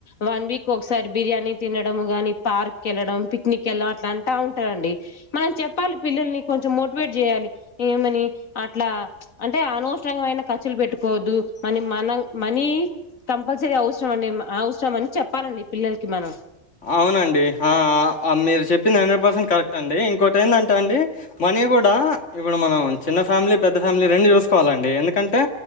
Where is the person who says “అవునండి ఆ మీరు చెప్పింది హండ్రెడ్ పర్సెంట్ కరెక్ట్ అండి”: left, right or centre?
Left